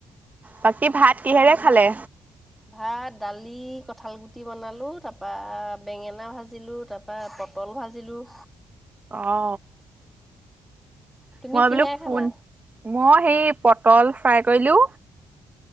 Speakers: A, on the right (about 20°); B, in the centre.
A: বাকী ভাত কিহেৰে খালে?
B: ভাত দালি কঠাল গুটি বনালো তাৰাপা বেঙেনা ভাজিলো তাৰাপা পটল ভাজিলোঁ।
A: অ
B: তুমি
A: মই
B: কিহে
A: বলো ফোন
B: খালা?
A: মই সেই পটল ফ্ৰাই কৰিলোঁ।